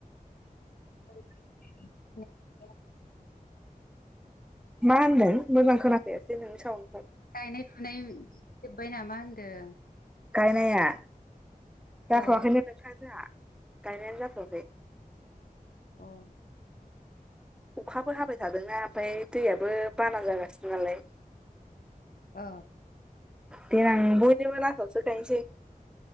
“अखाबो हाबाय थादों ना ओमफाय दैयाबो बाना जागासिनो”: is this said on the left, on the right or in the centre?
Centre